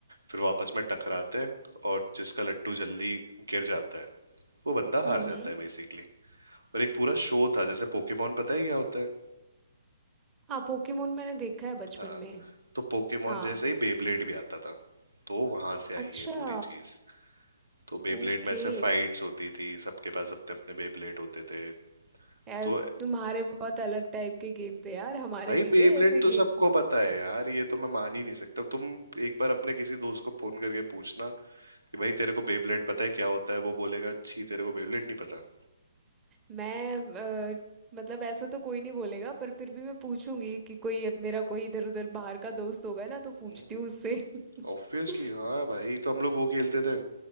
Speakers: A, on the right; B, on the right.
A: फिर वो आपस में टकराते हैं और जिसका लट्टू जल्दी गिर जाता है वो बंदा
B: हम्म
A: हार
B: हम्म
A: जाता है बेसिकली और एक पूरा शो था जैसे पोकेमोन पता है क्या होता है
B: हाँ पोकेमोन मैंने देखा है बचपन
A: हाँ
B: में
A: तो पोकेमोन
B: हाँ
A: जैसे ही बेब्लेड भी आता था तो वहां से आई
B: अच्छा
A: है पूरी चीज तो बेब्लेड
B: ओके
A: में ऐसे फाइट्स होती थी सबके पास अपने अपने बेब्लेड होते थे
B: यार
A: तो
B: तुम्हारे बहुत अलग टाइप के गेम थे यार हमारे
A: भाई
B: नहीं
A: बेब्लेड
B: थे ऐसे गेम
A: तो सबको पता है यार ये तो मैं मान ही नहीं सकता तुम एक बार अपने किसी दोस्त को फोन करके पूछना कि भाई तेरे को बेब्लेड पता है क्या होता है वो बोलेगा छी तेरे को बेब्लेड नहीं पता
B: मैं अ, मतलब ऐसा तो कोई नहीं बोलेगा पर फिर भी मैं पूछूंगी कि कोई अब मेरा कोई इधर उधर बाहर का दोस्त होगा ना तो पूछती
A: हम्म,
B: हूँ उससे <laughs>
A: ऑब्वियसली हाँ भाई तो हम लोग वो खेलते थे